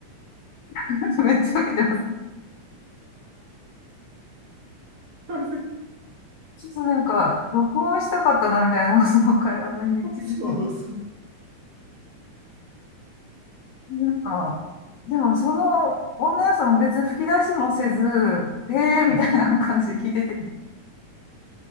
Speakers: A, on the left (about 80°); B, on the right (about 50°).
A: <laughs> めっちゃ受けてます。
B: そ
A: ちょっとなんか、録音したかったな、みたいな、<laughs> その会話の日り口な。
B: うですね。
A: んか、でもその女の人も別に吹き出しもせず、へえーみたいな感じで聞いてて。
B: はい。
A: で